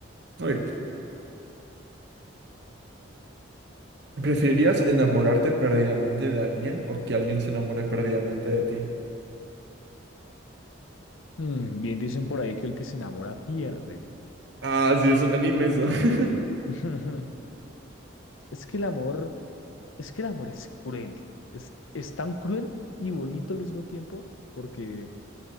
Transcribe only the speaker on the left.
Mm, bien dicen por ahí que el que se enamora pierde.
Mm,
<laughs> Es que el amor, es que el amor es cruel. Es, es tan cruel y bonito al mismo tiempo, porque